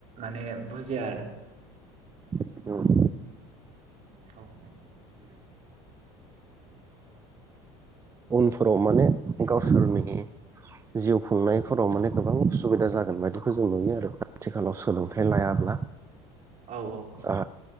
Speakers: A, on the right; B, on the right.
A: माने बुजिया आरो।
B: उम ओ
A: औ
B: उनफोराव माने गावसोरनि जिउ खुंनायफोराव माने गोबां सुबिदा जागोन बायदिखौ जों नुयो आरो आथिखालाव सोलोंथाइ लायाब्ला।
A: औ औ
B: आ